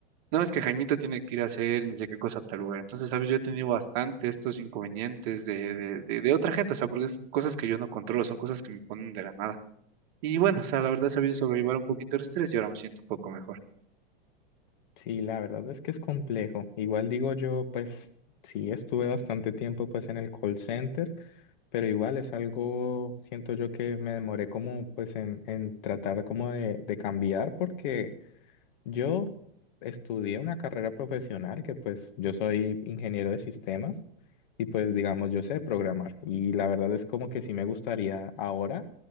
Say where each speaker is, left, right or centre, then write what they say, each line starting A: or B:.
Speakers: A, on the right (about 50°); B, on the left (about 55°).
A: no, es que Jaimito tiene que ir a hacer ni sé qué cosa a tal lugar. Entonces, ¿sabes? Yo he tenido bastante estos inconvenientes de, de, de, de otra gente, o sea, porque es cosas que yo no controlo, son cosas que me ponen de la nada. Y bueno, o sea, la verdad he sabido sobrellevar un poquito el estrés y ahora me siento un poco mejor.
B: Sí, la verdad es que es complejo. Igual digo yo, pues sí, estuve bastante tiempo pues en el call center, pero igual es algo, siento yo que me demoré como pues en, en tratar como de, de cambiar porque yo estudié una carrera profesional que pues yo soy ingeniero de sistemas y pues digamos yo sé programar y la verdad es como que sí me gustaría ahora